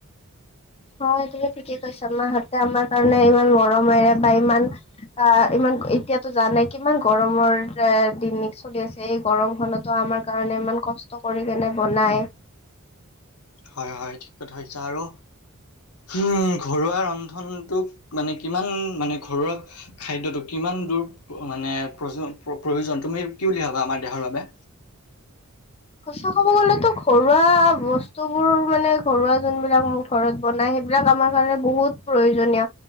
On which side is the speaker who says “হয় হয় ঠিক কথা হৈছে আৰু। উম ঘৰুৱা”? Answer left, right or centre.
Left